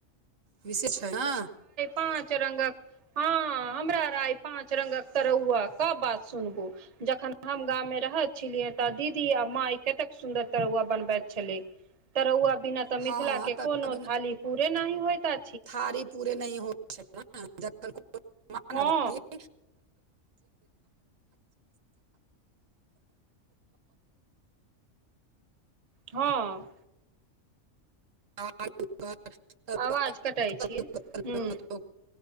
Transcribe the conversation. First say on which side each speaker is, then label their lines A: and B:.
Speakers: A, on the right (about 75°); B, on the right (about 35°).
A: विशे छै ना।
B: पाच रंगक हँ हमरा रइ पांच रंगक तरौआ क बात सुनबू जखन हम गाममे रहैत छलियै तऽ दीदी आ माइ कतेक सुन्दर तरुआ बनबैत छलै। तरौआ बिना तऽ मिथिला
A: हँ
B: के
A: तऽ
B: कोनो थाली पूरे नाही होइत आ
A: आरे पूरे नहि हो छै ना जखन कोनो मेहमान
B: हँ
A: आबथी <inaudible>
B: हँ।
A: <inaudible>
B: आवाज कटै छी हूँ